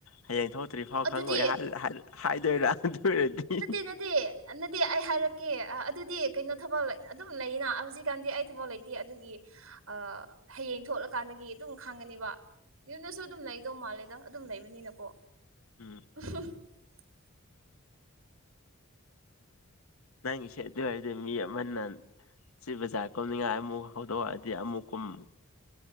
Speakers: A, on the left; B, on the right.
A: ꯍꯌꯦꯡ ꯊꯣꯛꯇ꯭ꯔꯤ ꯐꯥꯎ
B: ꯑꯗꯨꯗꯤ
A: ꯈꯪꯉꯣꯏ ꯍꯥꯏ ꯍꯥꯏ ꯍꯥꯏꯗꯣꯏꯔꯥ ꯑꯗꯨ ꯑꯣꯏꯔꯗꯤ
B: <unintelligible> ꯅꯗꯤ ꯑꯩ ꯍꯥꯏꯔꯛꯀꯦ ꯑꯗꯨꯗꯤ ꯀꯩꯅꯣ ꯊꯕꯜ ꯑꯗꯨꯝ ꯂꯩꯅ ꯍꯧꯖꯤꯛꯀꯥꯟꯗꯤ ꯑꯩ ꯊꯕꯛ ꯂꯩꯇꯦ ꯑꯗꯨꯒꯤ ꯑ ꯍꯌꯦꯡ ꯊꯣꯛꯂꯀꯥꯟꯗꯒꯤ ꯑꯗꯨꯝ ꯈꯪꯉꯅꯤꯕ ꯌꯨꯝꯅꯁꯨ ꯑꯗꯨꯝ ꯂꯩꯗꯧ ꯃꯥꯜꯂꯦꯗ ꯑꯗꯨꯝ ꯂꯩꯕꯅꯤꯅꯀꯣ
A: ꯎꯝ
B: <unintelligible>
A: ꯅꯪꯒꯤꯁꯦ ꯑꯗꯨ ꯑꯣꯏꯗꯤ ꯃꯤ ꯑꯃꯅ ꯁꯤ ꯕꯖꯥꯔ ꯀꯨꯝꯅꯤꯡꯉꯥꯏ ꯑꯃꯨꯛ ꯍꯧꯗꯣꯛꯑꯗꯤ ꯑꯃꯨꯛ ꯀꯨꯝ